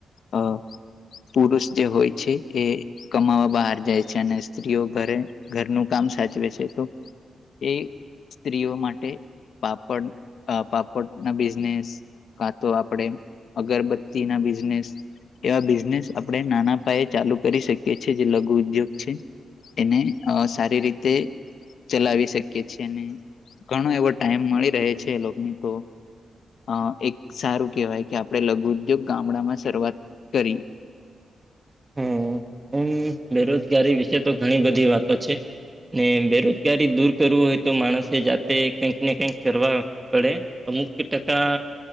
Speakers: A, on the left; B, on the right.
A: અ પુરુષ જે હોય છે એ કમાવા બહાર જાય છે અને સ્ત્રીઓ ઘરે ઘરનું કામ સાચવે છે તો એ સ્ત્રીઓ માટે પાપડ પાપડ ના બિઝનેસ કા તો આપણેે અગરબત્તી ના બિઝનેસ એવા બિઝનેસ આપણે નાના પાયે ચાલુ કરી શકીએ છે જે લઘુ ઉદ્યોગ છે એને અ સારી રીતે ચલાવી શકીએ છે અને ઘણો એવો ટાઈમ મળી રહે છે એ લોકોને તો અ એક સારું કેહેવાય કે આપણે લઘુદ્યોગ ગામડામાં શરૂઆત કરીએ
B: હમ્મ એમ બેરોજગારી વિશે તો ઘણી બધી વાતો છે ને બેરોજગારી દૂર કરવું હોય તો માણસે જાતે કંઈક ને કઈક કરવા પડે મુક ટકા